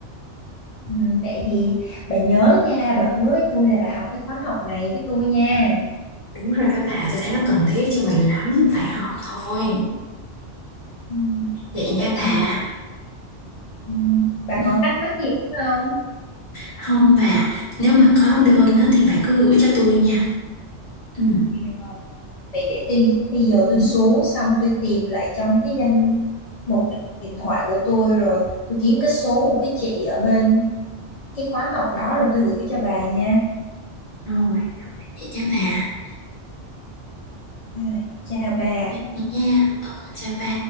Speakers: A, on the left; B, on the left.
A: Ừm, vậy thì bà nhớ nha, bà hứa với tôi là bà học cái khóa học này với tôi nha.
B: Đúng rồi các bà, tôi thấy nó cần thiết cho mình lắm, phải học thôi.
A: Ừm,
B: Vậy nha
A: vậy thì
B: bà.
A: ừm, bà
B: Ừ.
A: còn thắc mắc gì nữa không?
B: Không bà, nếu mà có đơn á, thì bà cứ gửi cho tôi nha. Ừ.
A: Rồi, Vậy để tôi bây giờ tôi xuống xong tôi tìm lại trong cái danh mục điện thoại của tôi rồi tôi kiếm cái số của cái chị ở bên cái khóa học đó rồi tôi gửi cho bà nha.
B: Rồi, rồi, vậy nha bà.
A: Rồi, chào bà.
B: Vậy nha, ờ, chào bà.